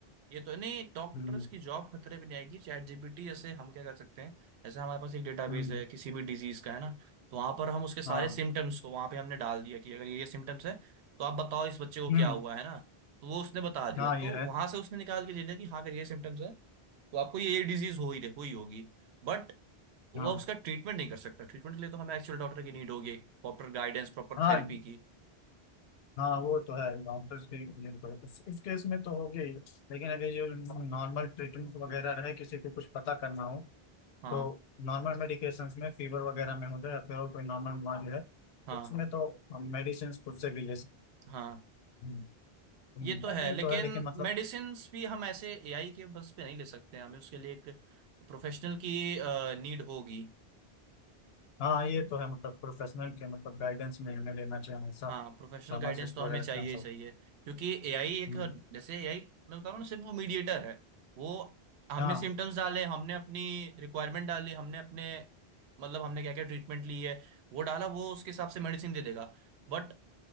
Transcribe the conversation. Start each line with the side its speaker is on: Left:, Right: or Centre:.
Right: ये तो है। नहीं डॉक्टर्स
Left: हम्म
Right: की जॉब खतरे में नहीं आएगी चैट जीपीटी जैसे हम क्या कर सकते हैं जैसे हमारे पास एक डेटाबेस
Left: हम्म
Right: है किसी भी डिजीज का है ना तो वहां पर हम उसके सारे
Left: हाँ
Right: सिम्टम्स को वहां पे हमने डाल दिया कि अगर ये ये सिम्टम्स है तो आप बताओ इस बच्चे को
Left: हम्म
Right: क्या हुआ है ना तो वो उसने बता दिया
Left: हाँ
Right: तो
Left: ये
Right: वहां
Left: है
Right: से उसने निकाल के दे दिया कि हाँ अगर ये सिम्टम्स है तो आपको ये ये डिजीज हो ही रही- हुई होगी बट वह
Left: हाँ
Right: उसका ट्रीटमेंट नहीं कर सकता ट्रीटमेंट के लिए तो हमें एक्चुअल डॉक्टर की नीड होगी प्रॉपर गाइडेंस प्रॉपर
Left: हाँ
Right: थेरेपी की
Left: हाँ वो तो है डॉक्टर्स के लिए तो इस, इस केस में तो होगी ही। लेकिन अगर ये नॉर्मल ट्रीटमेंट वगैरह रहे किसी को कुछ पता करना हो
Right: हाँ
Left: तो नॉर्मल मेडिकेशन में फीवर वगैरह में हो जाए या फिर और कोई नॉर्मल बीमारी है तो
Right: हाँ
Left: उसमें तो हम मेडिसिन खुद से भी ले सकते
Right: हाँ
Left: हैं हम्म,
Right: ये
Left: हम्म,
Right: तो है
Left: ये
Right: लेकिन
Left: तो है लेकिन मतलब
Right: मेडिसिन भी हम ऐसे एआई के बस पे नहीं ले सकते हैं। हमें उसके लिए एक प्रोफेशनल की नीड होगी
Left: हाँ ये तो है मतलब प्रोफेशनल के मतलब गाइडेंस में हमें लेना चाहिए हमेशा
Right: हाँ प्रोफेशनल
Left: फार्मासिस्ट
Right: गाइडेंस तो
Left: वगैरह
Right: हमें चाहिए
Left: से कंसल्ट
Right: ही चाहिए क्योंकि एआई एक
Left: हम्म,
Right: जैसे एआई मैं बता रहा हूँ ना सिर्फ वो मीडिएटर है वो हमने
Left: हाँ
Right: सिम्टम्स डाले हमने अपनी रिक्वायरमेंट डाली हमने अपने मतलब हमने क्या क्या ट्रीटमेंट ली है वो डाला वो उसके हिसाब से मेडिसिन दे देगा बट